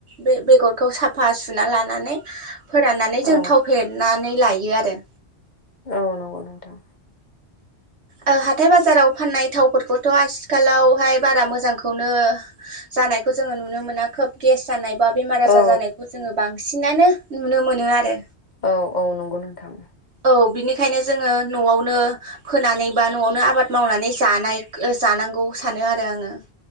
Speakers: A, on the right; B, on the left.
A: बे बेगरखौ साफा सुना लानानै फोराननानै जों
B: औ
A: थाव फेरेदनानै लायो आरो
B: औ नंगौ नोंथां।
A: ओ हाथाय बाजाराव फाननाय थावफोरखौथ' आथिखालावहाय बारा मोजांखौनो जानायखौ जो नुनो मोना खोब गेस जानाय बा बेमार आजार
B: औ
A: जानायखौ जोङो बांसिनानो नुनो मोनो आरो
B: औ औ नंगौ नोंथां
A: औ बिनिखायनो जोङो न'आवनो फोनानै बा न'आवनो आबाद मावनानै जानाय जानांगौ सानो आरो आङो